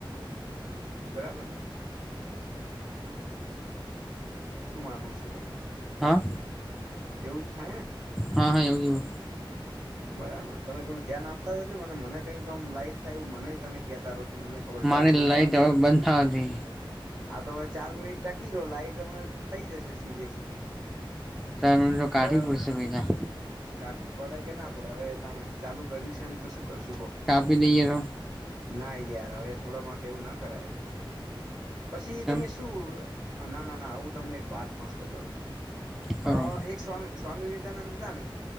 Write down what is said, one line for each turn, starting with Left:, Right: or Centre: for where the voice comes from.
Right: બરાબરને શું માનવું છે તમારું એવું
Centre: હા
Right: જ ને એવું જ થાય ને
Centre: હા હા એવું એવું
Right: <inaudible> બરાબર તમે થોડું ધ્યાન આપતા જજો મને મને કંઈક લાઈટ થાય એવું મને તમે કહેતા રહો તો મને ખબર
Centre: મારી
Right: ચાર મિનિટ
Centre: લાઈટ
Right: બાકી
Centre: હવે
Right: છે
Centre: બંધ થાતી
Right: હા તો હવે ચાર મિનિટ ટકી રહ લાઈટ હમણા થઈ જશે સીધે સીધી
Centre: સર મને તો કાઢી
Right: બરાબર
Centre: પડશે પૈલા.
Right: કાઠી પડે કે ના પડે હવે તમે ચાલુ કર્યું છે ને તો શું કરશું બોલ.
Centre: કાપી દઈ તો.
Right: ના યાર હવે થોડા માટે એવું ના કરાય. પછી
Centre: કેમ
Right: તમે શું ના ના ના હું તમને એક વાત મસ્ત કરું.
Centre: કરો
Right: હ એક સ્વામી સ્વામી વિવેકાનંદ હતા ને.